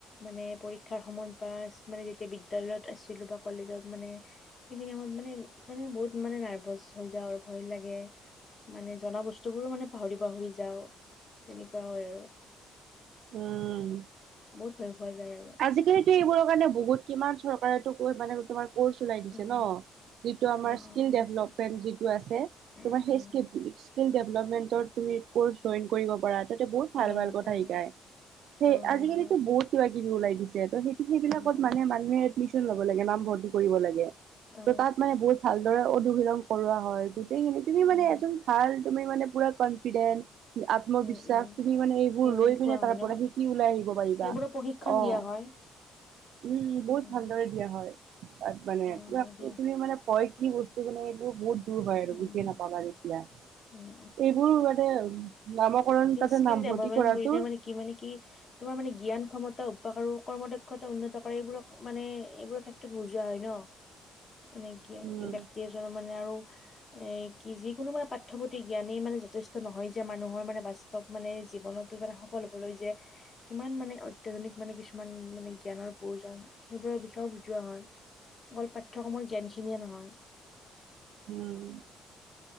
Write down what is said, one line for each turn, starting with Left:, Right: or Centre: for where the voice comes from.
Left: মানে পৰীক্ষাৰ সময়ত বা মানে যেতিয়া বিদ্যালয়ত আছিল লোবা কলেজত মানে সেইখিনি সময়ত মানে মানে বহুত মানে নাৰ্ভাচ হৈ যাওঁ আৰু ভয় লাগে। মানে জনা বস্তুবোৰো মানে পাহৰি পাহৰি যাওঁ, তেনেকুৱা হয় আৰু।
Right: উম।
Left: বহুত ভয় খোৱা যায় আৰু।
Right: আজিকালিতো এইবোৰৰ কাৰণে বহুত কিমান চৰকাৰেতো মানে তোমাৰ ক'ৰ্চ ওলাই দিছে
Left: উম
Right: ন। যিটো
Left: হা
Right: আমাৰ স্কিল
Left: অ নিছে
Right: ডেভলপমেন্ট যিটো আছে
Left: উম
Right: তোমাৰ সেই
Left: উম
Right: স্কে স্কেল ডেভেলেপমেণ্টৰ তুমি ক'ৰ্চ জইন কৰিব পাৰা। বহুত ভাল
Left: অ
Right: ভাল কথা
Left: পাৰি
Right: শিকাই। সেই
Left: অ হয়
Right: আজিকালিতো
Left: হয়
Right: বহুত কিবা কিবি ওলাই দিছে। সেইটো টো সেইবিলাকত
Left: উম উম
Right: মানে মানুহে এডমিশ্যন ল'ব লাগে নাম ভৰ্তি কৰিব লাগে।
Left: অ
Right: টো তাত মানে বহুত ভালদৰে অনুশীলন কৰোৱা হয় গোটেইখিনি তুমি মানে
Left: উম
Right: এজন ভাল। তুমি মানে পোৰা কন কনফ্ৰিডেন, আত্মবিশ্বাস
Left: উম উম
Right: তুমি মানে এইবোৰ
Left: সেইবোৰ
Right: লৈ
Left: শিকোৱা
Right: পিনে
Left: হয়
Right: তাৰ
Left: ন
Right: পৰা সিকি ওলাই আহিব পাৰিবা।
Left: সেইবোৰৰ
Right: অ'
Left: প্ৰশিক্ষণ
Right: উম,
Left: দিয়া হয়
Right: বহুত
Left: উম
Right: ভালদৰে দিয়া হয়। তাত মানে
Left: অ',
Right: তম
Left: হয় দিয়া
Right: তুমি মানে কয় কি বস্তু মানে এইবোৰ বহুত। হয়
Left: উম,
Right: আৰু বুজি নাপাবা কেতিয়া
Left: উম,
Right: এইবোৰ মানে। নামকৰণ তাতে
Left: স্কিলডেভলমেণ্ট
Right: নামভৰ্তি কৰাটো
Left: বোলিলে মানে কি মানে কি তোমাৰ মানে জ্ঞান সন্মত। উপসাৰো কৰ্ম দক্ষতা উন্নত কৰে এইবোৰক মানে এইবোৰৰ ক্ষেত্ৰত বুজোৱা হয় ন। মানে কি
Right: উম,
Left: ব্যক্তি এজন মানে আৰু। এ কি যি কোনো মানে পাঠ্যপুথি জ্ঞানেই মানে যথেষ্ট নহয় যে মানুহৰ মানে বাস্তৱিক চ'ব মানে জীৱনত কাৰাণে সফল হ'বলৈ যে কিমান মানে অত্যাধুনিক মানে কিছুমান মানে জ্ঞানৰ প্ৰয়োজন, সেইবোৰৰ বিষয়েও বুজোৱা হয়। অকল পাঠ্যয়ক্ৰমৰ জ্ঞানখিনিয়ে নহয়।
Right: উম,